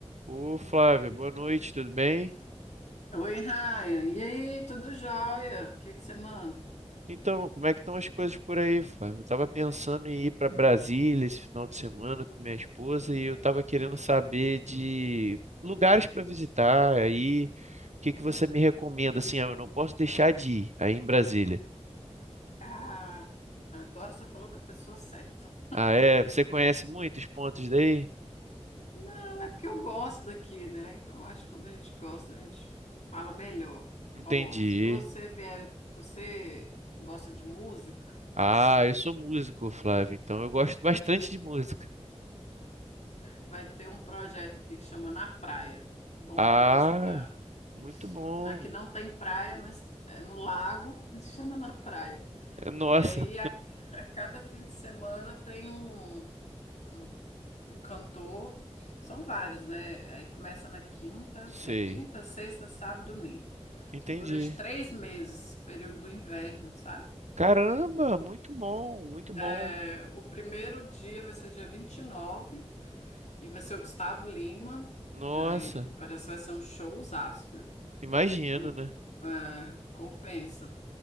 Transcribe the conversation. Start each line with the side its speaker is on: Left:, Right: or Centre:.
Right: Ô Flávia, boa noite, tudo bem?
Left: Oi, Raia. E aí, tudo jóia? O que é que você manda?
Right: Então, como é que estão as coisas por aí, Flávia? Eu estava pensando em ir para Brasília esse final de semana com minha esposa e eu estava querendo saber de lugares para visitar. Aí, o que que você me recomenda? Assim, ah, eu não posso deixar de ir aí em Brasília.
Left: Ah, agora você falou com a pessoa certa.
Right: Ah, é? Você conhece muitos pontos daí?
Left: Não, é porque eu gosto daqui, né? Então, eu acho que quando a gente gosta, a gente fala melhor.
Right: Entendi.
Left: Ó, se você vier, você gosta de música,
Right: Ah, eu sou músico, Flávio. então eu gosto bastante de música.
Left: vai ter um projeto aqui que chama Na Praia. Bom
Right: Ah,
Left: para visitar.
Right: muito bom.
Left: Aqui não tem praia, mas é no lago, <laughs> mas chama Na Praia.
Right: É, Nossa,
Left: E aí, a, a cada fim de semana tem um. um um cantor, são vários, né? Aí começa na quinta,
Right: sei.
Left: é quinta, sexta, sábado, domingo.
Right: Entendi.
Left: Durante três meses, período do inverno, sabe?
Right: Caramba, muito bom, muito bom.
Left: É, o primeiro dia vai ser dia 29, e nove, e vai ser o Gustavo Lima.
Right: Nossa,
Left: Aí parece que vai ser um showzaço, viu?
Right: imagino,
Left: Me-
Right: né?
Left: é, compensa.